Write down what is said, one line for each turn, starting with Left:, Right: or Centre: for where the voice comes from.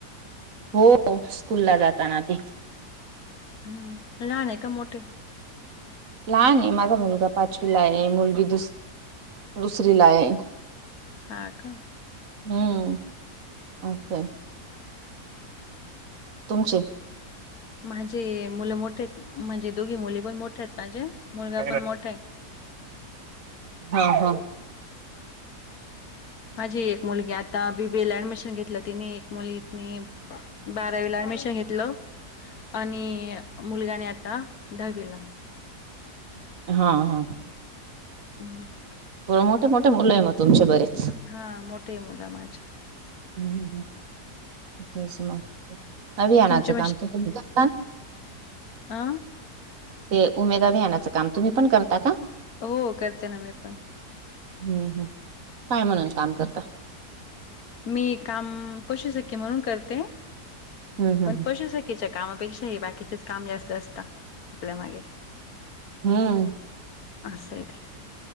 Right: हो, स्कूल ला जाताना ते
Left: हम्म, लहान आहे का मोटे?
Right: लहान आहे, माझा मुलगा पाचवीला आहे, मुलगी दुस- दुसरी ला आहे.
Left: हा का
Right: हम्म, असंय. तुमचे
Left: माझे मुलं मोठे आहेत, म्हणजे दोघी मुली पण मोठे आहेत माझे मुलगा
Right: <unintelligible>
Left: पण मोठा आहे.
Right: हाहा
Left: माझी एक मुलगी आता बी बी ए ला ऍडमिशन घेतलं तिने, एक मुलीनी बारावीला ऍडमिशन घेतलं. आणि मुलगा आणि आता दहावीला.
Right: हा हा
Left: <inaudible>
Right: मुलं मोठे- मोठे मुलं आहे मग तुमचे बरेच.
Left: हा मोटे आहे मुलं माझी.
Right: <unintelligible>
Left: तुमचे आ
Right: ते उमेदा आभियानाचं काम तुम्ही पण करता का?
Left: हो करते ना मी पण.
Right: हम्म हम्, काय म्हणून काम करता?
Left: मी काम पशुसखी म्हणून करते.
Right: हम् हम्
Left: पण पशुसखीच्या कामापेक्षा बाकीचेच काम जास्त असता, आपल्या मागे.
Right: हम्म.
Left: असं आहे ते,